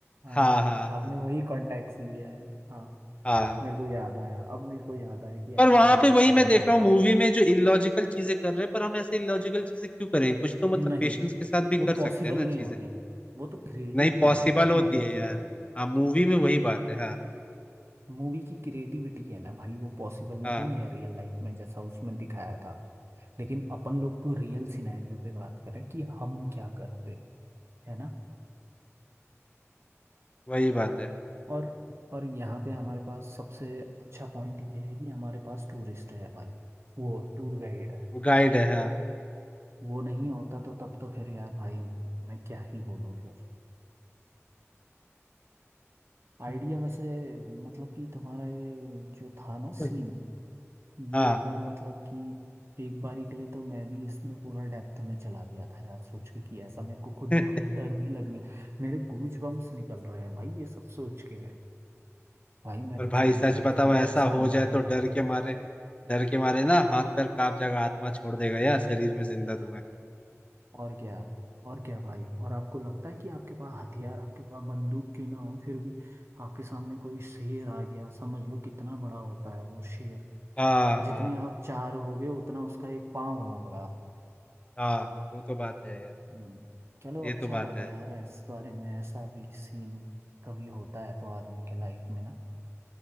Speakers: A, on the right; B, on the left.
A: हाँ
B: हाँ हाँ हाँ
A: आपने वही कॉन्टेक्ट लिया है हाँ
B: हाँ।
A: मेरे को याद आया अब मेरे को याद आया कि
B: पर
A: एक्चुअल
B: वहां
A: में
B: पे
A: वो
B: वही
A: क्या
B: मैं देख रहा हूँ मूवी में जो इलॉजिकल चीजें कर रहे हैं पर हम ऐसे इलॉजिकल चीजें क्यों करें कुछ तो मतलब
A: नहीं
B: पेशेंस के साथ भी
A: वो
B: कर
A: पॉसिबल
B: सकते हैं ना
A: नहीं
B: चीजें
A: होती वो तो क्रिएटिविटी
B: नहीं पॉसिबल
A: है ना
B: होती
A: मूवी
B: है यार
A: की
B: हाँ मूवी में वही बात है हाँ
A: मूवी की क्रिएटिविटी है ना भाई वो पॉसिबल नहीं
B: हाँ
A: है रियल लाइफ में जैसा उसमें दिखाया था लेकिन अपन लोग तो रियल सिनेरियो पे बात करें कि हम क्या करते है ना
B: वही बात है
A: और और यहाँ पे हमारे पास सबसे अच्छा पॉइंट ये है कि हमारे पास टूरिस्ट है भाई वो टूर गाइड है
B: वो गाइड है हाँ
A: वो नहीं होता तो तब तो फिर यार भाई मैं क्या ही बोलूँ फिर आइडिया वैसे मतलब कि तुम्हारा ये जो था ना
B: हम्म।
A: सीन ये
B: हाँ
A: एकदम मतलब कि एक बारी के लिए तो मैं भी इसमें पूरा डेप्थ में चला गया था यार सोच के कि ऐसा मेरे को खुद
B: <laughs>
A: बेखुद डर भी लगने मेरे गूज बम्स निकल रहे हैं भाई ये सब सोच के भाई मैं
B: और
A: तो
B: भाई
A: चाहूंगा
B: सच
A: कि
B: बताओ
A: कभी
B: ऐसा
A: ऐसा
B: हो
A: ना
B: जाए
A: हो
B: तो डर के मारे डर के मारे ना हाथ पैर कांप जाएगा आत्मा छोड़ देगा यार शरीर में जिंदा तुम्हें
A: और क्या और क्या भाई और आपको लगता है कि आपके पास हथियार आपके पास बंदूक क्यों ना हो फिर भी आपके सामने कोई शेर आ गया समझ लो कितना बड़ा होता है वो शेर
B: हाँ हाँ
A: जितने आप चार होगे उतना उसका एक पाँव होगा
B: हाँ वो तो बात है यार
A: हम्म, चलो
B: ये
A: अच्छा
B: तो बात
A: लगा
B: है
A: यार इस बारे में ऐसा भी सीन कभी होता है तो आदमी के लाइफ में ना